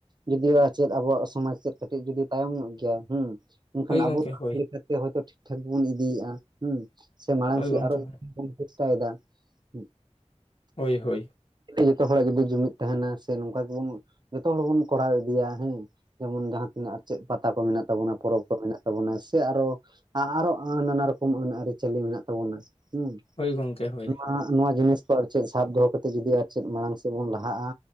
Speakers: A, on the right (about 40°); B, on the left (about 55°).
A: ᱡᱚᱫᱤᱭᱟ ᱟᱨ ᱪᱮᱫ ᱟᱵᱚᱣᱟᱜ ᱥᱚᱢᱟᱡ ᱪᱮᱫ ᱠᱟᱹᱴᱤᱡ ᱡᱚᱫᱤ ᱛᱟᱭᱚᱢ ᱧᱚᱜ ᱜᱮᱭᱟ ᱦᱮᱸ ᱢᱮᱱᱠᱷᱟᱱ
B: ᱦᱳᱭ ᱜᱚᱢᱠᱮ
A: ᱟᱵᱚ
B: ᱦᱳᱭ
A: ᱞᱮᱠᱟᱛᱮᱭ ᱴᱷᱤᱠ ᱴᱷᱟᱠ ᱵᱚᱱ ᱤᱫᱤᱭᱮᱫᱼᱟ ᱦᱩ ᱥᱮ ᱢᱟᱲᱟᱝ
B: ᱦᱳᱭ
A: ᱥᱮᱫ
B: ᱜᱚᱢᱠᱮ
A: ᱟᱨᱚ
B: ᱦᱳᱭ
A: ᱵᱚᱱ ᱪᱮᱥᱴᱟᱭᱮᱫᱟ ᱦᱩ,
B: ᱦᱳᱭ ᱦᱳᱭ᱾
A: ᱡᱚᱛᱚ ᱦᱚᱲᱟᱜ ᱡᱩᱫᱤ ᱡᱩᱢᱤᱫ ᱛᱟᱦᱮᱱᱟ ᱥᱮ ᱱᱚᱝᱠᱟ ᱜᱮᱵᱚᱱ ᱡᱚᱛᱚ ᱦᱚᱲᱵᱚᱱ ᱠᱚᱨᱟᱣ ᱤᱫᱤᱭᱟ ᱦᱮᱸ ᱡᱮᱢᱚᱱ ᱡᱟᱦᱟᱸ ᱛᱤᱱᱟᱹᱜ ᱟᱨ ᱪᱮᱫ ᱯᱟᱛᱟ ᱠᱚ ᱢᱮᱱᱟᱜ ᱛᱟᱵᱚᱱᱟ ᱯᱚᱨᱚᱵᱽ ᱠᱚ ᱢᱮᱱᱟᱜ ᱛᱟᱵᱚᱱᱟ ᱥᱮ ᱟᱨᱚ ᱟᱨᱚ ᱱᱟᱱᱟ ᱨᱚᱠᱚᱢ ᱟᱹᱱ ᱟᱹᱨᱤᱪᱟᱹᱞᱤ ᱢᱮᱱᱟᱜ ᱛᱟᱵᱚᱱᱟ ᱦᱩᱸ,
B: ᱦᱳᱭ ᱜᱚᱢᱠᱮ ᱦᱳᱭ
A: ᱱᱚᱣᱟ ᱱᱚᱣᱟ ᱡᱤᱱᱤᱥ ᱠᱚ ᱟᱨ ᱪᱮᱫ ᱥᱟᱵ ᱫᱚᱦᱚ ᱠᱟᱛᱮ ᱡᱩᱫᱤ ᱟᱨ ᱪᱮᱫ ᱢᱟᱲᱟᱝ ᱪᱮᱫ ᱵᱚᱱ ᱞᱟᱦᱟᱜᱼᱟ